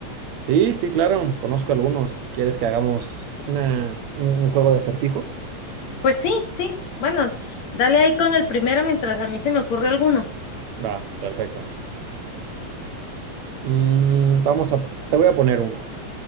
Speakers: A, on the right; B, on the left.
A: Sí, sí, claro, conozco algunos. ¿Quieres que hagamos una, un, un juego de acertijos?
B: Pues sí, sí. Bueno, dale ahí con el primero mientras a mí se me ocurre alguno.
A: Va, perfecto. Mm, vamos a, te voy a poner uno.